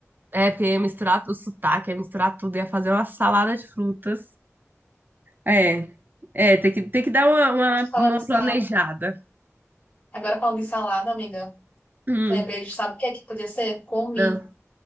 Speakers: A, on the right (about 40°); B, on the left (about 25°).
A: é, porque ia misturar o sotaque, ia misturar tudo, ia fazer uma salada de frutas. É, é, tem que, tem que dar uma, uma,
B: Falando
A: uma
B: isso,
A: planejada.
B: agora falando de salada, amiga,
A: Hum,
B: lembrei de, sabe o que é que podia ser? Comida.
A: ah,